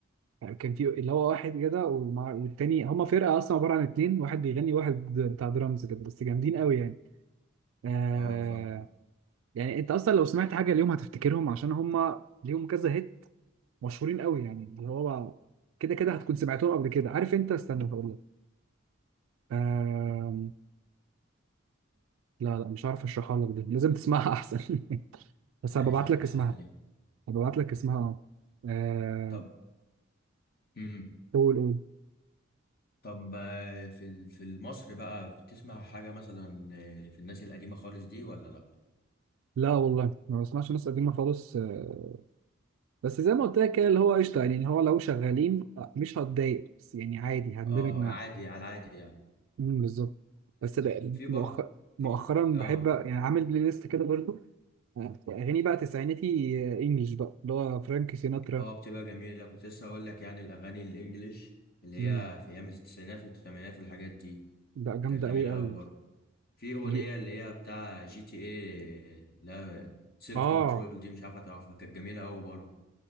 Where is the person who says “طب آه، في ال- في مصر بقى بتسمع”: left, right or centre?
Left